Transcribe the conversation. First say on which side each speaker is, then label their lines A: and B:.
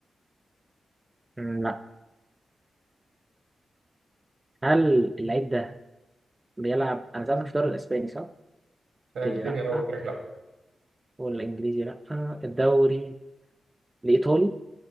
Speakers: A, on the right; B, on the right.
A: مم، لا هل اللعيب ده بيلعب أنا سألتك في الدوري الإسباني صح؟
B: سألتني
A: قلت لي لا
B: اول كده لا
A: والإنجليزي لا الدوري الإيطالي